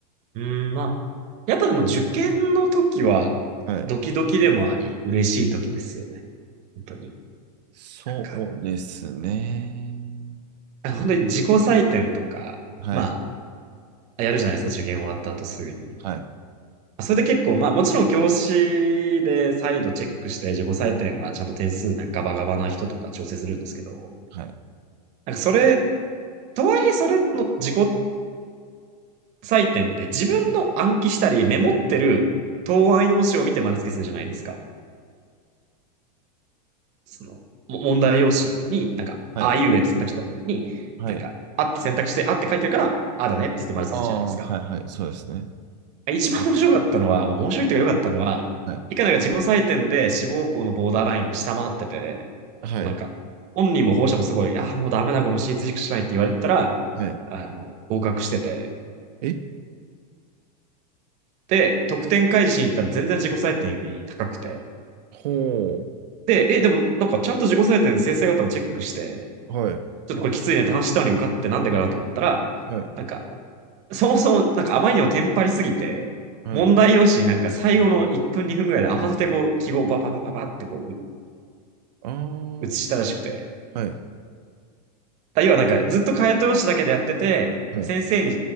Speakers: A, on the right; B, on the right.
A: うーん、まあ、やっぱでも受験の時は、
B: はい。
A: ドキドキでもあり、嬉しい時ですよね。本当に。
B: そうですね。
A: なんか、あ本当に自己採点とか、
B: はい。
A: まあ、やるじゃないですか、受験終わった後すぐに。
B: はい。
A: それで結構、まあもちろん教師で再度チェックして自己採点はちゃんと点数なんかガバガバな人とか調整するんですけど、
B: はい。
A: なんかそれ、とはいえそれの自己採点って自分の暗記したりメモってる答案用紙を見て丸付けするじゃないですか。その、も問題用紙になんか、
B: はい。
A: ああいうえって選択した時に、
B: はい。
A: なんか、あって選択して、あって書いてるから、ああだねって言って丸付けするじゃないですか。
B: ああ、はい。はい。そうですね。
A: 一番面白かったのは、面白いというか良かったのは、
B: はい。
A: いかなんか自己採点で志望校のボーダーラインを下回ってて、
B: はい。
A: もうなんか、本人も保護者もすごい、ああ、もうダメだ、この私立塾しかないって言われてたら、
B: はい。
A: あの、合格してて。
B: え
A: で、得点開示しに行ったら全然自己採点より高くて。
B: ほう。
A: で、え、でもなんかちゃんと自己採点で先生方もチェックして、
B: はい。
A: ちょっとこれきついねって話したのに受かってなんでかなと思ったら、
B: はい。
A: なんか、そもそも、なんかあまりにもテンパりすぎて、
B: はい。
A: 問題用紙になんか最後の1分2分ぐらいで慌ててこう、記号をバババババってこ
B: ああ、
A: う、写したらしくて。
B: はい。
A: だ要はなんかずっと解答用紙だけでやってて、
B: はい。
A: 先生に